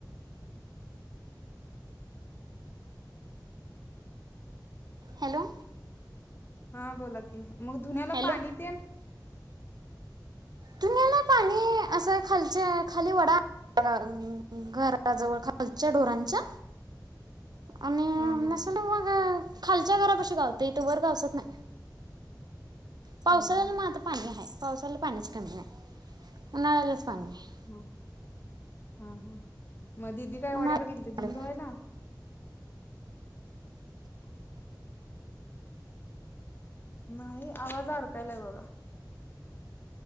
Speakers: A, on the right; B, on the left.
A: हॅलो.
B: हा बोला की. मग धुन्याला
A: हॅलो
B: पाणी तेन
A: धुण्याला पाणी असं खालच्या खाली वडा <unintelligible> घराजवळ खालच्या डोरांच्या. आणि
B: हा हा
A: नसल मग खाल च्या घरा पशी काय होतय ईथ वर पाऊस येत नाय. पावसाळ्याला
B: हा हा
A: म आता पाणी हाय पावसाला पाणीच उन्हाळ्यालाच पाणी नाही.
B: <inaudible> मग दिदी काय
A: उन्हाळ्या
B: वड्याला गेलती धुनधुवायला? नाही आवाज अडकायलाय बघा.